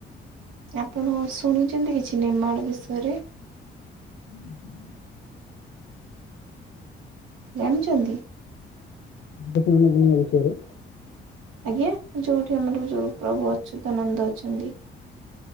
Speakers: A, on the right; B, on the left.
A: ଆପଣ ଶୁଣିଛନ୍ତି କିଛି ନେମାଳ ବିଷୟରେ?
B: ହୁଁ ହୁଁ
A: ଜାଣିଚନ୍ତି?
B: ଦେଖେ ରେମାଳ ବିଷୟରେ
A: ଆଜ୍ଞା ଯଉଠି ଆମର ଯୋଉ ପ୍ରଭୁ ଅଚ୍ୟୁତାନନ୍ଦ ଅଛନ୍ତି।